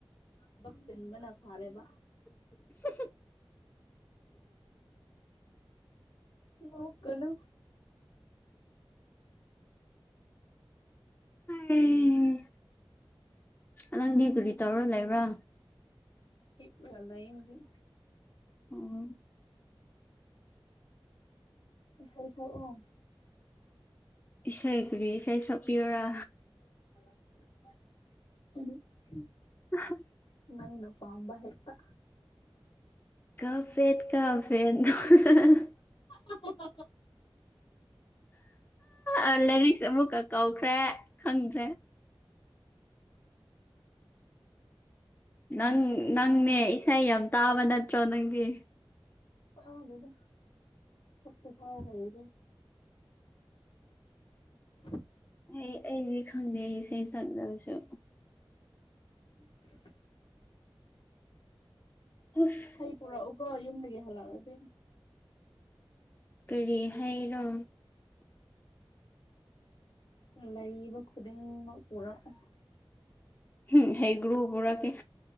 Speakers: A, on the left; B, on the left.
A: ꯊꯕꯛ ꯆꯤꯟꯕꯅ ꯐꯥꯔꯦꯕ
B: <unintelligible>
A: <unintelligible> ꯅꯣꯛꯀꯅꯨ ꯀꯔꯤꯅꯣꯅꯦ
B: ꯍꯩꯁ ꯅꯪꯗꯤ ꯀꯔꯤ ꯇꯧꯔ ꯂꯩꯕ꯭ꯔꯥ
A: ꯍꯤꯞꯔꯒ ꯂꯩ ꯍꯧꯖꯤꯛ
B: ꯎꯝ
A: ꯏꯁꯩ ꯁꯛꯑꯣ
B: ꯏꯁꯩ ꯀꯔꯤ ꯏꯁꯩ ꯁꯛꯄꯤꯌꯨꯔ
A: <unintelligible>
B: <unintelligible>
A: ꯅꯪꯅ ꯄꯥꯝꯕ ꯍꯦꯛꯇ
B: ꯀꯐꯦꯠ ꯀꯐꯦꯠ <unintelligible>
A: <unintelligible>
B: ꯑ ꯂꯦꯔꯤꯛꯁꯦ ꯑꯃꯨꯛꯀ ꯀꯧꯈ꯭ꯔꯦ ꯈꯪꯗ꯭ꯔꯦ ꯅꯪ ꯅꯪꯅꯦ ꯏꯁꯩ ꯌꯥꯝ ꯇꯥꯕ ꯅꯠꯇ꯭ꯔꯣ ꯅꯪꯗꯤ
A: ꯇꯥꯗꯦꯗ ꯁꯛꯄ ꯐꯥꯎ ꯍꯩꯗꯦ <inaudible>
B: ꯑꯩ ꯑꯩꯗꯤ ꯈꯪꯗꯦ ꯑꯩ ꯏꯁꯩ ꯁꯛꯂꯁꯨ
A: <unintelligible>
B: ꯑꯁ
A: ꯍꯩ ꯄꯨꯔꯛꯎꯀꯣ ꯌꯨꯝꯗꯒꯤ ꯍꯜꯂꯛꯑꯗꯤ
B: ꯀꯔꯤ ꯍꯩꯔꯣ
A: ꯂꯩꯕ ꯈꯨꯗꯤꯡꯃꯛ ꯄꯨꯔꯛꯑꯣ
B: <unintelligible> ꯍꯩꯒ꯭ꯔꯨ ꯄꯨꯔꯛꯀꯦ